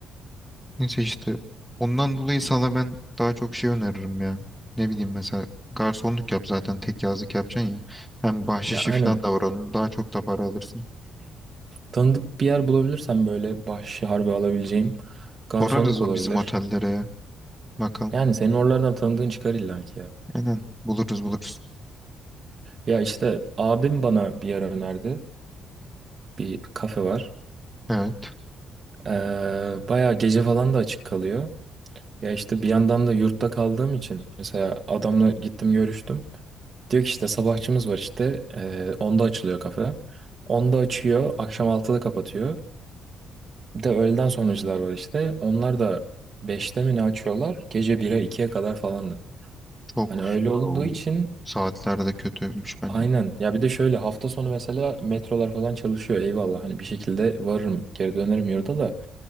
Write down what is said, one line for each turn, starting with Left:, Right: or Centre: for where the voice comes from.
Centre: Neyse işte ondan dolayı sana ben daha çok şey öneririm ya. Ne bileyim mesela garsonluk yap zaten tek yazlık yapacaksın ya. Hem bahşişi
Right: Ya aynen.
Centre: falan da var onun. Daha çok da para alırsın.
Right: Tanıdık bir yer bulabilirsem böyle bahşişi harbi alabileceğim garsonluk
Centre: Sorarız o
Right: olabilir.
Centre: bizim otellere ya. Bakalım.
Right: Yani senin oralardan tanıdığın çıkar illa ki ya.
Centre: Aynen buluruz buluruz.
Right: Ya işte abim bana bir yer önerdi. Bir kafe var.
Centre: Evet
Right: Ee, bayağı gece falan da açık kalıyor. Ya işte bir yandan da yurtta kaldığım için mesela adamla gittim görüştüm. Diyor ki işte sabahçımız var işte. Ee, onda açılıyor kafe. Onda açıyor, akşam altıda kapatıyor. Bir de öğleden sonracılar var işte. Onlar da beşte mi ne açıyorlar? Gece 1'e ikiye kadar falandı.
Centre: çok
Right: Hani öyle
Centre: ya,
Right: olduğu
Centre: o
Right: için
Centre: saatler de kötüymüş bence.
Right: aynen. Ya bir de şöyle hafta sonu mesela metrolar falan çalışıyor eyvallah. Hani bir şekilde varırım geri dönerim yurda da.